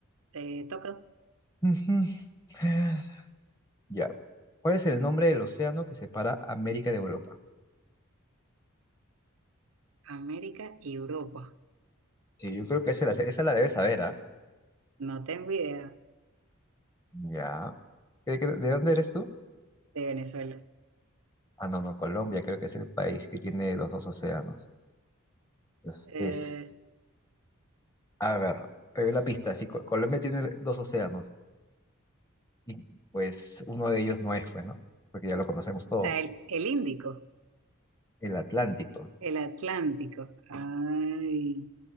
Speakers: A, on the right; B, on the left.
A: Te toca
B: <laughs> Ujú. Eh, Ya. ¿Cuál es el nombre del océano que separa América de Europa?
A: América y Europa.
B: Sí, yo creo que esa la, esa la debes saber, ¿ah?
A: No tengo idea
B: Ya. ¿De, qué- de dónde eres tú?
A: de Venezuela.
B: Ah, no, no, Colombia creo que es el país que tiene los dos océanos. Es,
A: Eh,
B: es, a ver, pero la pista, sí, Co- Colombia tiene dos océanos y pues uno de ellos no es, pues, ¿no? Porque ya lo conocemos todos,
A: o sea, el, el Índico,
B: el Atlántico.
A: el Atlántico. Ay,